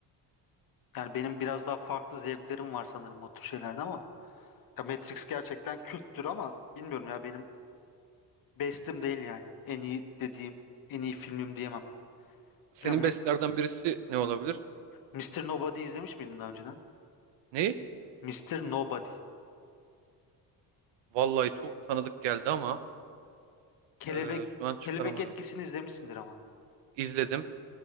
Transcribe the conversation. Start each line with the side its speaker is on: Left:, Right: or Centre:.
Left: Yani benim biraz daha farklı zevklerim var sanırım o tür şeylerde ama ya Matrix gerçekten külttür ama bilmiyorum ya benim Bestim değil yani. En iyi dediğim, en iyi filmim diyemem.
Right: Senin
Left: Bilmiyorum, Mi-
Right: bestlerden birisi ne olabilir?
Left: Mr. Nobody izlemiş miydin daha önceden?
Right: Neyi?
Left: Mr. Nobody.
Right: Vallahi çok tanıdık geldi ama
Left: Kelebek
Right: e, şu an çıkaramadım.
Left: Kelebek Etkisi'ni izlemişsindir ama.
Right: İzledim.